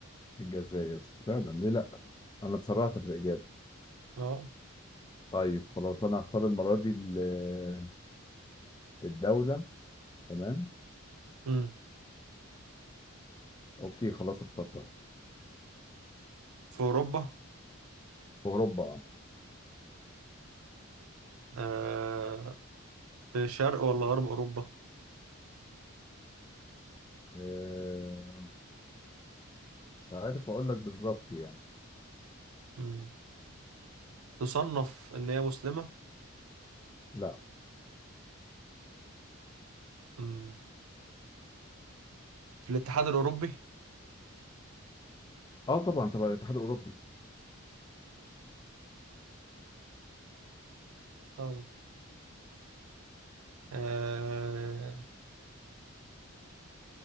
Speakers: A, on the left; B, on the right.
A: الجزائر فعلا ليه لأ أنا اتسرعت في الإجابة
B: اه
A: طيب خلاص أنا هختار المرة دي ال- الدولة تمام
B: امم
A: أوكي خلاص اخترتها
B: في اوروبا
A: في أوروبا آه
B: آه في شرق ولا غرب اوروبا
A: آه، مش عارف أقول لك بالظبط يعني
B: امم تصنف ان هي مسلمة
A: لأ
B: امم في الاتحاد الاوروبي
A: أه طبعا طبعا الاتحاد الأوروبي
B: طيب. آه